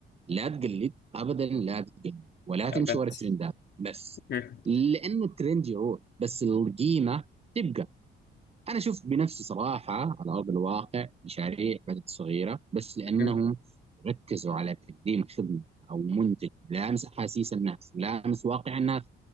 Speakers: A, on the right (about 30°); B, on the left (about 60°).
A: لا تجلد ابدا لا تجلد ولا تمشي
B: ابد
A: ورا الترندات بس
B: مم.
A: لانه الترند يروح بس القيمه تبقى انا اشوف بنفسي صراحه على ارض الواقع مشاريع بدات صغيره بس لانهم
B: مم.
A: ركزوا على تقديم خدمه او منتج لامس احاسيس الناس لامس واقع الناس